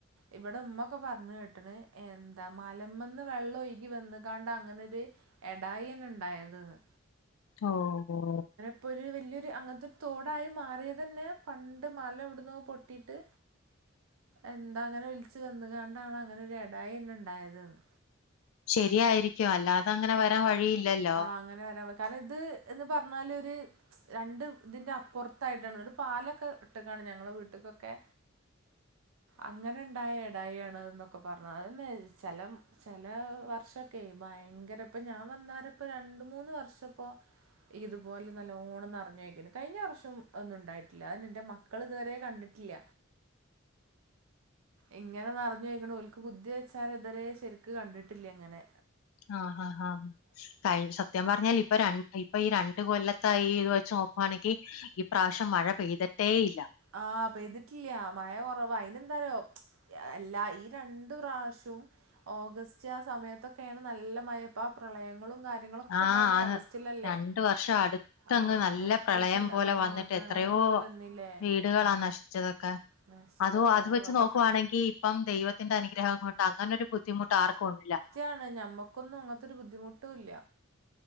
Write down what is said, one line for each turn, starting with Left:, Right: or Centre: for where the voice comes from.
Right: ഇവടെമ്മൊക്കെ പറഞ്ഞെട്ട്ണ് എന്താ മലമന്ന് വെള്ളൊഴുകി വന്ന്കാണ്ടങ്ങനൊര് എടായന്നെണ്ടായത് ന്ന്.
Left: ഓഹ് ഓഹ്
Right: ഇപ്പോരു വല്യരു അങ്ങന്‌ത്തൊരു തോടായി മാറിയതന്നെ പണ്ട് മലവ് ട്ന്നോപൊട്ടിട്ട്
Left: <inaudible>
Right: എന്താങ്ങനെ ഒൽച്ച് വന്ന്കാണ്ടാണങ്ങനൊരു എടായന്നെണ്ടായത്‌ന്ന്
Left: ശെരിയായിരിക്കു അല്ലാതങ്ങനെ വരാൻ വഴിയില്ലല്ലോ
Right: അങ്ങനെവരാനി കാരണം ഇത് എന്ന് പറഞ്ഞാലൊര് രണ്ടുത്‌ന്റെ അപ്പൊർത്തായിട്ടാണ്ളത് ത്പാലൊക്കെ വട്ടക്കാണ് ഞങ്ങള വീട്ടക്കൊക്കെ. അങ്ങനെണ്ടായ എടായിയാണ് എന്നൊക്കെ പർഞ്ഞ് അതന്നെ ചെലം ചെലേ വർഷൊക്കേ ഭയ ഭയങ്കരപ്പ ഞാൻ വന്നാരപ്പ രണ്ട് മൂന്ന് വർഷപ്പോ ഇതുപോലെ നല്ലോണംനർഞ്ഞൊഴുകീണ് കഴിഞ്ഞ വർഷം ഒന്നും ഉണ്ടായിട്ടില്ല നിന്റെ മ ക്കള് ഇതുവരെ കണ്ടിട്ടില്ല ഇങ്ങനെ നർഞ്ഞൊഴ്ക്ണത് ഓൽക്ക് ബുദ്ധി വെച്ചാരെ ശരിക്ക് കണ്ടിട്ടില്ല്യങ്ങനെ.
Left: ആഹ് ഹാ ഹാ കഴി സത്യം പറഞ്ഞാലിപ് ഇപ്പൊ രൺ ഇപ്പൊ ഈ രണ്ട് കൊല്ലത്തായി ഇത് വെച്ച് നോക്കുവാണെങ്കി ഇപ്രാവശ്യം മഴ പെയ്തി ട്ടേയില്ല
Right: ആഹ് പെയ്തിട്ടില്ല മഴ കൊറവാ അയിന് എന്താറിയോ എ എല്ലാ ഈ രണ്ട്പ്രാവശ്യും ഓഗസ്റ്റ് ആ സമയത്തൊക്കെയാണ് നല്ല മയപ്പ ആ പ്രളയങ്ങളും കാര്യ ര്യങ്ങളൊക്കെണ്ടായത്
Left: ആഹ് ആന്ന്
Right: ഓഗസ്റ്റിലല്ലേ
Left: രണ്ട് വർഷം അടുത്തങ്ങ്
Right: ആഹ്
Left: നല്ല
Right: അട്പ്പിച്ച്ണ്ട്
Left: പ്രളയം പോലെ
Right: ആഹ്
Left: വന്നിട്ട്
Right: പ്രളയം
Left: എത്രയോ
Right: പോലെ വന്നില്ലേ.
Left: വീടുകളാ
Right: ആഹ്
Left: നശിച്ചതൊക്കെ
Right: നശിച്ചതൊക്കെ
Left: അതോ അത് വെച്ച്
Right: ഓ, അതൊക്കെ
Left: നോക്കുവാണെങ്കി ഇപ്പം ദൈവത്തിന്റെ അനുഗ്രഹം കൊണ്ട് അങ്ങനൊ ബുദ്ധിമുട്ട് ആർക്കുണ്ടില്ല
Right: ത്യാണ് ഞമ്മക്കൊന്നും അങ്ങത്തൊരു ബുദ്ധിമുട്ടുംല്ല.